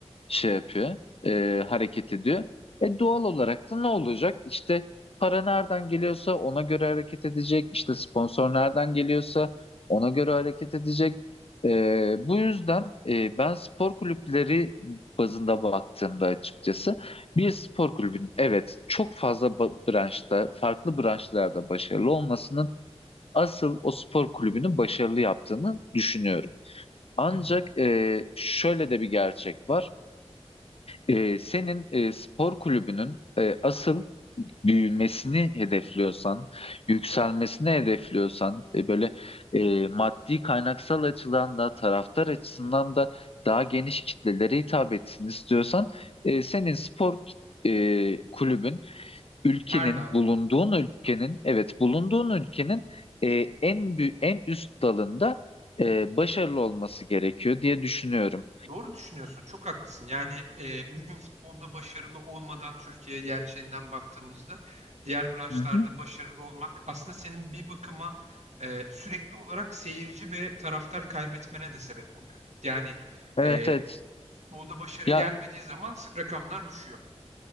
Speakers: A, on the left; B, on the right.
A: şey yapıyor, e, hareket ediyor. E doğal olarak da ne olacak? İşte para nereden geliyorsa ona göre hareket edecek. İşte sponsor nereden geliyorsa ona göre hareket edecek. E, bu yüzden e, ben spor kulüpleri bazında baktığımda açıkçası bir spor kulübünün evet çok fazla ba- branşta, farklı branşlarda başarılı olmasının asıl o spor kulübünü başarılı yaptığını düşünüyorum. Ancak
B: Hı hı,
A: e, şöyle de bir gerçek var. Ee, senin e, spor kulübünün e, asıl büyümesini hedefliyorsan, yükselmesini hedefliyorsan, e, böyle e, maddi kaynaksal açıdan da taraftar açısından
B: hı hı.
A: da daha geniş kitlelere hitap etsin istiyorsan, e, senin spor e, kulübün ülkenin,
B: Her dalda.
A: bulunduğun ülkenin, evet bulunduğun ülkenin e, en büyük, en üst dalında e, başarılı olması gerekiyor diye düşünüyorum.
B: Doğru düşünüyorsun. Çok haklısın. Yani e, bugün futbolda başarılı olmadan Türkiye gerçeğinden baktığımızda diğer branşlarda
A: Hı hı.
B: başarılı olmak aslında senin bir bakıma e, sürekli olarak seyirci ve taraftar kaybetmene de sebep oluyor. Yani
A: Evet,
B: e,
A: evet.
B: futbolda başarı
A: Ya
B: gelmediği zaman rakamlar düşüyor.